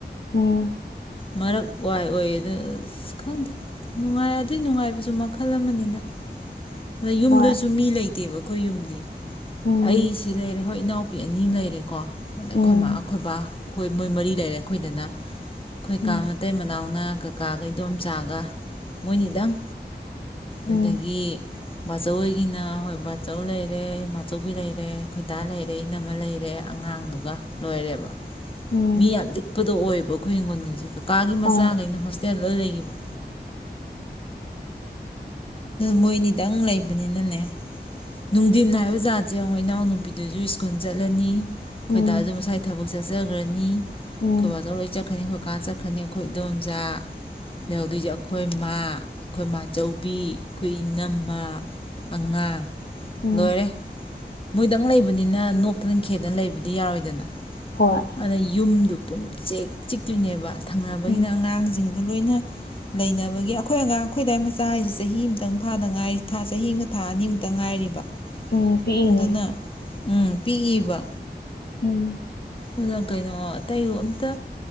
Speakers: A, on the left; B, on the left.
A: ꯎꯝ
B: ꯃꯔꯛ ꯋꯥꯏ ꯑꯣꯏꯌꯦ ꯑꯗꯨꯗ ꯑꯁ ꯈꯪꯗꯦ ꯅꯨꯡꯉꯥꯏ ꯑꯗꯨꯏ ꯅꯨꯡꯉꯥꯏꯕꯁꯨ ꯃꯈꯜ ꯑꯃꯅꯤꯅ ꯑꯗ ꯌꯨꯝꯗꯁꯨ
A: ꯍꯣꯏ
B: ꯃꯤ ꯂꯩꯇꯦꯕꯣ ꯑꯩꯈꯣꯏ ꯌꯨꯝꯗꯤ
A: ꯎꯝ
B: ꯑꯩ ꯁꯤꯅꯦ ꯑꯩꯈꯣꯏ ꯏꯅꯥꯎꯄꯤ ꯑꯅꯤ ꯑꯃ ꯂꯩꯔꯦ ꯀꯣ ꯑꯗ ꯑꯩꯈꯣꯏ
A: ꯎꯝ
B: ꯃꯥ ꯑꯩꯈꯣꯏꯕꯥ ꯑꯩꯈꯣꯏ ꯃꯣꯏ ꯃꯔꯤ ꯂꯩꯔꯦ ꯑꯩꯈꯣꯏꯗꯅ ꯑꯩꯈꯣꯏ
A: ꯎꯝ
B: ꯀꯥ ꯃꯇꯩ ꯃꯅꯥꯎ ꯅ ꯀꯥꯀꯥ ꯒꯥ ꯏꯟꯗꯣꯝ ꯆꯥꯒ ꯃꯣꯏꯅꯤꯗꯪ
A: ꯎꯝ
B: ꯑꯗꯒꯤ ꯕꯥꯆꯧꯒꯤꯅ ꯍꯣꯏ ꯕꯥꯆꯧ ꯂꯩꯔꯦ ꯑꯆꯧꯕꯤ ꯂꯩꯔꯦ ꯈꯣꯏꯗꯥ ꯂꯩꯔꯦ ꯏꯅꯝꯃ ꯂꯩꯔꯦ ꯑꯉꯥꯡꯗꯨꯒ ꯂꯣꯏꯔꯦꯕ
A: ꯎꯝ
B: ꯃꯤ <unintelligible> <inaudible> ꯇ ꯑꯣꯏꯕꯈꯣꯏ ꯍꯤꯡꯒꯣꯜꯣꯏꯁꯦ ꯀꯥꯒꯤ ꯃꯆꯥꯈꯩꯅ
A: ꯑꯥ
B: ꯍꯣꯁ ꯍꯇꯦꯜꯗ ꯂꯩꯈꯤꯕ ꯃꯣꯏꯅꯔ ꯈꯤꯇꯪ ꯂꯩꯕꯅꯤꯅꯅꯦ ꯅꯨꯡꯊꯤꯟ ꯍꯥꯏꯕ ꯖꯥꯠꯁꯦ ꯌꯦꯡꯉꯣ ꯏꯅꯥꯎꯅꯨꯄꯤꯗꯨꯁꯨ ꯁ꯭ꯀꯨꯜ ꯆꯠꯂꯅꯤ ꯑꯩꯈꯣꯏ
A: ꯎꯝ
B: ꯗꯥꯖꯨ ꯃꯁꯥꯏ ꯊꯝ ꯕꯨꯛꯁꯁ ꯁꯒꯔꯅꯤ
A: ꯎꯝ
B: ꯈꯧꯏꯕꯆꯧ <inaudible> <unintelligible> ꯀꯥꯀꯥ ꯆꯠꯈꯔꯅꯤ ꯑꯩꯈꯣꯏ ꯏꯗꯣꯝꯆꯥ ꯂꯩꯍꯗꯣꯏꯁꯦ ꯑꯩꯈꯣꯏ ꯏꯃꯥ ꯑꯩꯈꯣꯏ ꯃꯥꯆꯧꯕꯤ ꯑꯩꯈꯣꯏ ꯏꯅꯝꯃ ꯑꯉꯥꯡ
A: ꯎꯝ
B: ꯂꯣꯏꯔꯦ ꯃꯣꯏꯗꯪ ꯂꯩꯕꯅꯤꯅ ꯅꯣꯛꯇꯅ ꯈꯦꯗꯅ ꯂꯩꯕꯗꯤ ꯌꯥꯔꯣꯏꯗꯅ
A: ꯍꯣꯏ
B: ꯑꯗꯣ ꯌꯨꯝꯗꯨ ꯄꯨꯝ ꯆꯤꯛ ꯆꯤꯛꯇꯣꯏꯅꯦꯕ ꯊꯪꯅꯕꯒꯤꯅ
A: ꯎꯝ
B: ꯑꯉꯥꯡꯁꯤꯡ ꯑꯗꯨ ꯂꯣꯏꯅ ꯂꯩꯅꯕꯒꯤ ꯑꯩꯈꯣꯏ ꯑꯉꯥꯡ ꯑꯩꯈꯣꯏꯗꯥꯏ ꯃꯆꯥ ꯍꯥꯏꯁꯤ ꯆꯍꯤ ꯑꯃꯥꯇꯪ ꯐꯥꯗ ꯉꯥꯏꯔꯤꯥ ꯆꯍꯤ ꯑꯃꯥ ꯊꯥ ꯑꯅꯤꯃꯨꯛꯇꯪ ꯉꯥꯏꯔꯤꯕ
A: ꯎꯝ ꯄꯤꯛꯏꯅꯦ
B: ꯑꯗꯨꯅ ꯎꯝ ꯄꯤꯛꯏꯕ
A: ꯎꯝ
B: ꯑꯗꯨꯅ ꯀꯩꯅꯣ ꯑꯇꯩ ꯑꯝꯇ